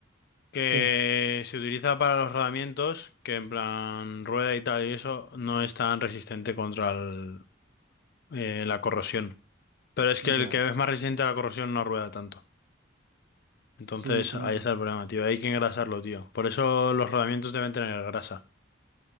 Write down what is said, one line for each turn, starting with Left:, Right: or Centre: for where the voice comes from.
Left: que
Right: Sí,
Left: se utiliza para los rodamientos, que en plan rueda y tal y eso, no es tan resistente contra el- eh, la corrosión. Pero es
Right: ya.
Left: que el que es más resistente a la corrosión no rueda tanto. Entonces
Right: Sí, claro.
Left: ahí está el problema, tío. Hay que engrasarlo, tío. Por eso los rodamientos deben tener grasa.